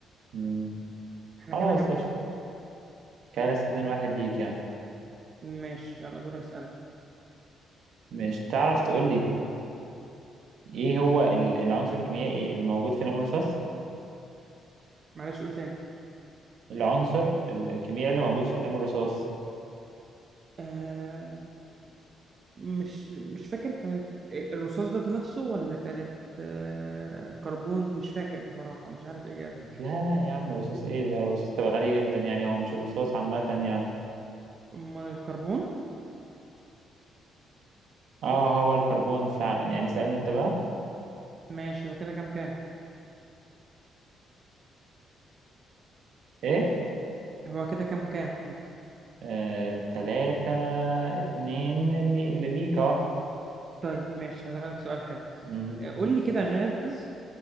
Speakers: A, on the right; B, on the right.
A: مم.
B: احنا
A: خلاص
B: كده كام
A: قشطة
B: كام
A: كده لسه اتنين واحد ليك يعني
B: ماشي يلا دورك اسألني
A: ماشي تعرف تقول لي ايه هو ال- العنصر الكيميائي اللي موجود في قلم الرصاص
B: معلش قول تاني
A: العنصر ال- الكيميائي اللي موجود في قلم الرصاص
B: آه مش مش فاكر كانت الرصاص ده نفسه ولا كانت آه كربون مش فاكر بصراحة مش عارف الإجابة
A: لا لا يا عم الرصاص ايه ده الرصاص تبقى غالي جدا يعني هو مش الرصاص عامة يعني
B: أمال الكربون
A: اه هو الكربون فعلا يعني اسألني انت بقى
B: ماشي هو كده كام كام
A: ايه
B: هو كده كام كام
A: آه، تلاتة اتنين اللي, اللي ليك اه
B: طيب ماشي هسألك سؤال حلو
A: مم.
B: آه، قول لي كده غاز